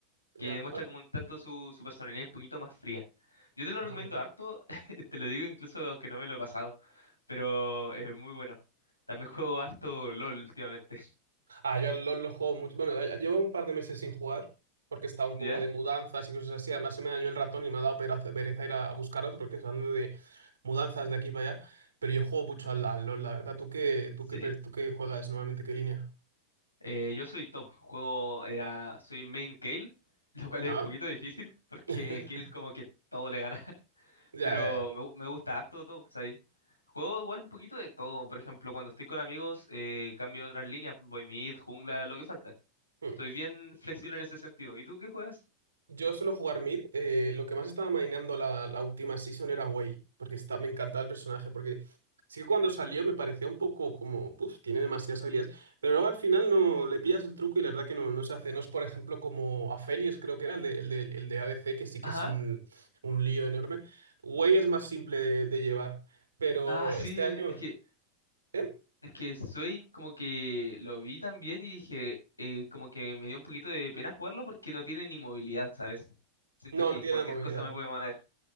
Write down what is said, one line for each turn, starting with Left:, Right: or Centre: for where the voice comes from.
Right: ya,
Left: que demuestra
Right: ah,
Left: como un tanto su, su personalidad un poquito más fría. Yo te lo
Right: anda.
Left: recomiendo harto, <laughs> te lo digo incluso aunque no me lo he pasado, pero es muy bueno. También juego harto LOL últimamente,
Right: Ah, yo al LoL lo juego mucho. Bueno, ya- ya llevo un par de meses sin jugar porque estaba un
Left: <laughs> ¿ya?
Right: poco de mudanzas y cosas así. Además, se me dañó el ratón y me ha dado pereza, pereza ir a, a buscar otro porque ando de mudanzas de aquí para allá. Pero yo juego mucho al, al LoL, la verdad. ¿Tú qué, tú
Left: Sí.
Right: qué, per- tú qué juegas normalmente? ¿Qué línea?
Left: Eh, yo soy top, juego, era, soy main Kayle, lo cual es
Right: Ah,
Left: un poquito difícil, porque
Right: <laughs>
Left: Kayle como que todo le gana, <laughs>
Right: Ya,
Left: pero
Right: ya, ya.
Left: me, gu- me gusta harto top, ¿sabes? Juego igual un poquito de todo, por ejemplo, cuando estoy con amigos, eh, cambio otras líneas, voy mid, jungla, lo que falta.
Right: Mm.
Left: Soy bien flexible en ese sentido. ¿Y tú qué juegas?
Right: Yo suelo jugar mid. eh, lo que más estaba maineando la, la última season era Wei, porque está, me encantaba el personaje, porque sí que cuando salió me parecía un poco como, uff, tiene demasiadas habilidades, pero luego al final no le pillas el truco y la verdad que no, no se hace. No es, por ejemplo, como Aphelios, creo que era el de, el de, el de ADC, que sí que
Left: Ajá.
Right: es un, un lío enorme. Wei es más simple de, de llevar, pero
Left: Ah, sí,
Right: este año...
Left: es que,
Right: ¿eh?
Left: es que soy como que lo vi también y dije, eh, como que me dio un poquito de pena jugarlo porque no tiene ni movilidad, ¿sabes? Siento
Right: No,
Left: que
Right: no tiene
Left: cualquier
Right: nada de movilidad.
Left: cosa me puede mover.